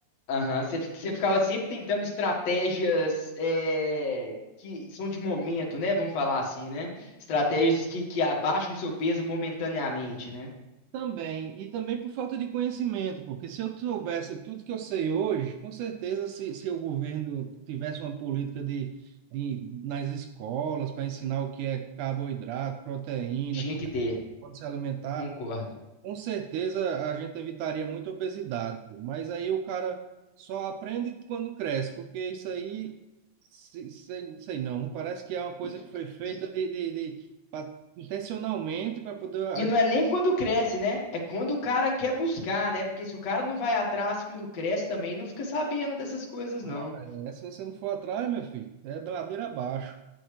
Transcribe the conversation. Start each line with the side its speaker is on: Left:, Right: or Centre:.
Left: a- aham, você, fi- você ficava sempre tentando estratégias é, que são de momento, né? Vamos falar assim, né? Estratégias que, que abaixam seu peso momentaneamente, né?
Right: também, e também por falta de conhecimento, porque se eu soubesse tudo que eu sei hoje, com certeza se, se o governo tivesse uma política de, de nas escolas para ensinar o que é carboidrato, proteína,
Left: Tinha
Right: como
Left: que ter.
Right: pode se alimentar.
Left: Concordo.
Right: Com certeza a gente evitaria muita obesidade, pô. Mas aí o cara só aprende quando cresce, porque isso aí, se, se, não sei não, parece que é uma coisa
Left: E,
Right: que foi feita
Left: e,
Right: de, de, de- pra- intencionalmente para poder. a
Left: e não é nem quando cresce, né? É quando o cara quer buscar, né? Porque se o cara não vai atrás quando cresce também, não fica sabendo dessas coisas,
Right: Ah,
Left: não.
Right: é, se você não for atrás, meu filho, é da ladeira abaixo.